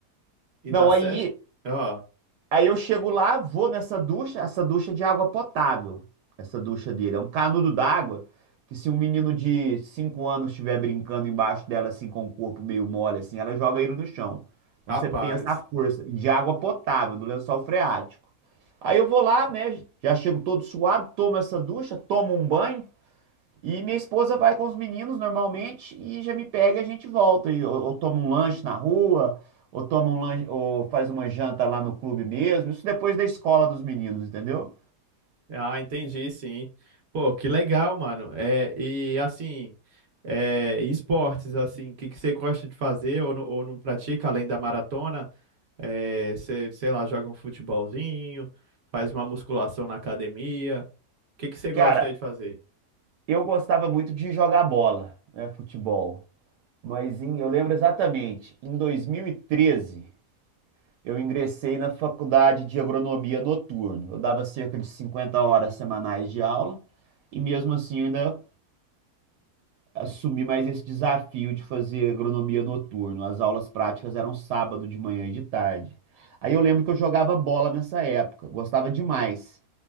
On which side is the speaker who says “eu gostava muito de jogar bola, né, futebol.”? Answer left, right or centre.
Right